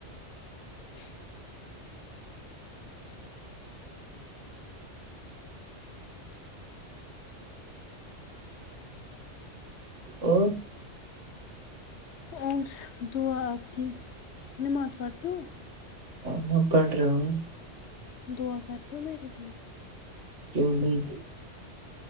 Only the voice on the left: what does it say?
ج
اور دعا آپ کی نماز پڑھتےو
دعا کرتے ہو میرے لیے